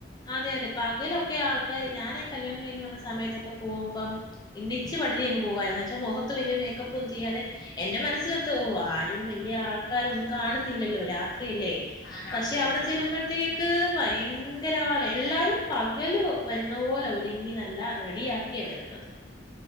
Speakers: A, on the left; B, on the left.
A: അതെ അതെ പകലൊക്കെ ആൾക്കാര് ഞാനെ കല്യാണം കഴിഞ്ഞ് വന്ന സമയത്തൊക്കെ പോകുമ്പം എണ്ണിച്ച് പഠുതി അങ്ങ് പോവായിന്ന് വെച്ചാ മുഖത്ത് വലിയ മേക്കപ്പും ചെയ്യാതെ എന്റെ മനസ്സിലെത്ത ഓ ആരും വലിയ ആ ൾക്കാരൊന്നും കാണ കാണുന്നില്ലല്ലോ രാത്രിയല്ലേ
B: ആ രാത്രിയല്ലേ
A: പക്ഷെ അവിടെ ചെല്ലുമ്പോഴത്തേക്ക്
B: ആ
A: ഭയ ങ്കര ആള് എല്ലാരും പകല് വരുന്ന പോലെ ഒരുങ്ങി നല്ല റെഡി ആക്കിയാ വരുന്നത്.